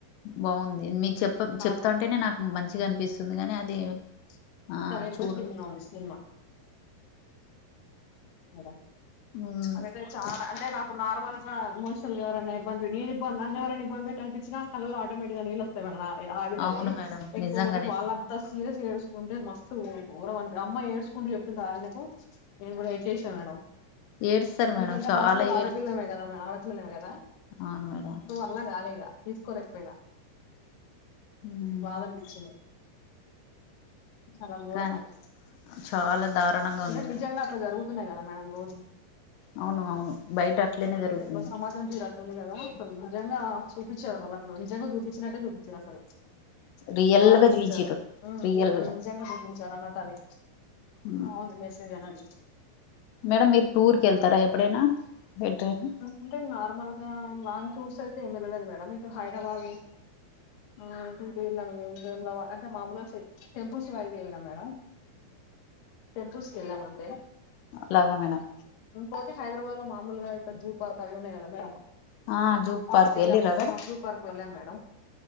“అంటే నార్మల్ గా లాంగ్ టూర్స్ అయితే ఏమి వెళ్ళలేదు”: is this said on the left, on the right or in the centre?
Left